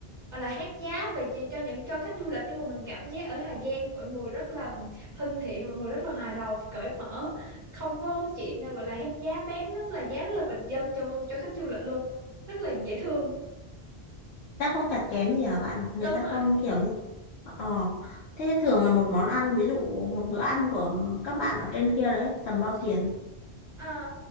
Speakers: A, on the right; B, on the left.
A: gọi là hét giá về cho cho những cho khách du lịch nhưng mà mình cảm giác ở Hà Giang mọi người rất là thân thiện mọi người rất là hòa đồng cởi mở không có chuyện ờ, gọi là hét giá bán rất là giá rất là bình dân cho cho khách du lịch luôn rất là dễ thương
B: ta không chặt chém gì hả bạn? Người
A: đúng
B: ta
A: rồi
B: không kiểu như ờ thế thường là một món ăn ví dụ một bữa ăn của các bạn ở trên kia là hết tầm bao tiền?
A: Ờ,